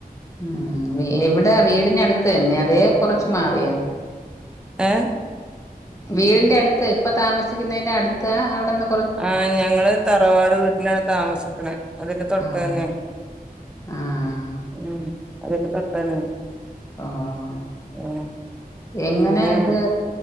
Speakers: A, on the left; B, in the centre.
A: ഉം വി എവിടാ വീടിനടുത്ത് തന്നെ അതേ കൊറച്ച് മാറിയാ
B: ഏഹ്
A: വീടിന്റെ അടുത്ത് ഇപ്പൊ താമസിക്കുന്നന്റെ അടുത്താ അവിടന്ന്
B: ആഹ് ഞങ്ങള് തറവാട് വീട്ടിനാണ് താമസിക്കണെ അതിന്റെ തൊട്ട്
A: ആഹ്
B: തന്നെ
A: ആഹ്
B: ഉം അതിന്റെ തൊട്ടന്നെ
A: ആഹ്
B: ഉം
A: എങ്ങനാ
B: പിന്നെ
A: ഇത്